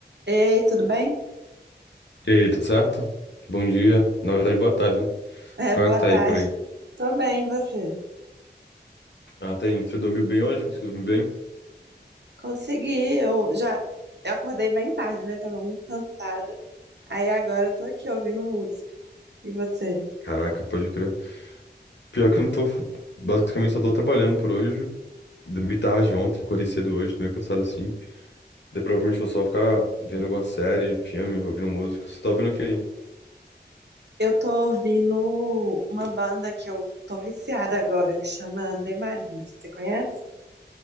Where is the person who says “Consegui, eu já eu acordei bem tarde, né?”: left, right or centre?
Right